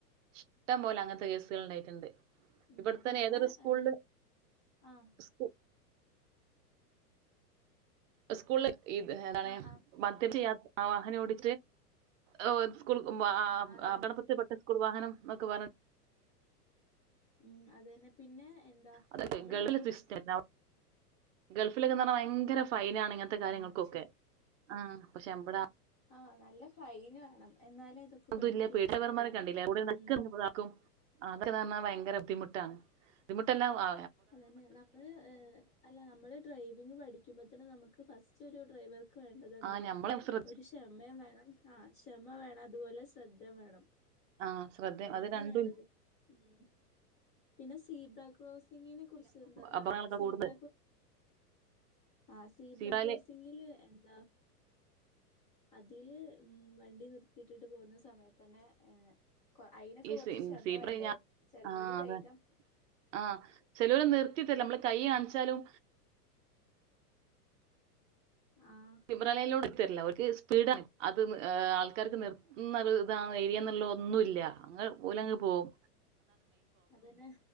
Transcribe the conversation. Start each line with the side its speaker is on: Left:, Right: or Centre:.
Right: ഇഷ്‌ടം പോലെ അങ്ങത്തെ കേസുകൾ ഉണ്ടായിട്ടുണ്ട്.
Left: ഉം
Right: ഇവിടെത്തന്നെ
Left: പിന്നെ
Right: ഏതൊരു സ്കൂളില്
Left: ഏ ആഹ്
Right: സ്കൂ സ്കൂളിൽ
Left: ഹലോ
Right: <unintelligible>
Left: ആഹ് ആഹ്
Right: വാഹനം ഓടി ആ സ്കൂൾ
Left: ആഹ് അതന്നെ
Right: അപകടത്തിൽപ്പെട്ട സ്കൂൾ വാഹനം എന്നൊക്കെ പറ
Left: ഉം അത് തന്നെ പിന്നെ എന്താ
Right: അതൊക്കെ
Left: നമ്മള്
Right: ഗൾഫിലെ സിസ്റ്റം ഗൾഫിലൊക്കെന്ന് പറഞ്ഞാൽ ഭയങ്കര ഫൈൻ ആണ് ഇങ്ങനത്തെ കാര്യങ്ങൾക്കൊക്കെ
Left: ആ അത്
Right: പക്ഷെ അമ്പട
Left: ആഹ് നല്ല ഫൈന് വേണം എന്നാലേ ഇതൊക്കെ
Right: അത്
Left: പഠിക്കുള്ളൂ
Right: പിന്നെ
Left: ഇവരെല്ലാം
Right: <inaudible> മാരെ കണ്ടില്ല <unintelligible>
Left: ഉം
Right: ആഹ് ഭയങ്കര ബുദ്ധിമുട്ടാണ് ബുദ്ധിമുട്ടല്ല ആ
Left: അതന്നെ നമ്മള് അല്ല നമ്മള് ഡ്രൈവിങ് പഠിക്കുമ്പ തന്നെ നമുക്ക് ഫസ്റ്റ് ഒരു ഡ്രൈവർ വേണ്ടതെന്താ
Right: ആഹ് ഞമ്മള് ശ്രദ്ധ
Left: ഒരു ക്ഷമ വേണം ആ ക്ഷമ വേണം ഇതുപോലെ ശ്രദ്ധ വേണം
Right: ആഹ് ശ്രദ്ധ
Left: അതന്നെ
Right: അത് രണ്ടും
Left: വേണ്ടത്
Right: ഇല്ല
Left: ഉം പിന്നെ സീബ്ര ക്രോസ് ഗിനെ കുറിച്ച് എന്താ പറയാള്ളെ
Right: അപകടങ്ങളൊക്കെ
Left: സീബ്ര
Right: കൂടുന്നത്
Left: ആ സീബ്ര
Right: സീബ്രയില്
Left: ക്രോസിങ്ങില് എന്താ അതിൽ ഉം വണ്ടി നിർത്തിട്ടിട്ട് പോകുന്ന സമയത്തന്നെ ഏഹ് കൊ അയിനൊക്കെ
Right: ഈ
Left: കുറച്ച് ക്ഷമ
Right: സീബ്ര
Left: വേണ്ടേ ചെലൊരു
Right: ആഹ് അതെ
Left: വേഗം
Right: ആഹ് ചിലര് നിർത്തിത്താരില്ല നമ്മള് കൈ കാണിച്ചാലും
Left: ആഹ്
Right: സിബ്രലയ്നീലൂടെ തരില്ല ഓൾക് സ്പീഡാണ് അത് ആൾക്കാർക്ക് നിർത്തുന്ന ഇതാണ് ഏരിയ എന്നുള്ള ഒന്നുല്ല അങ്ങ് പോലെ ഓല് അങ്ങ് പോകും
Left: അതന്നെ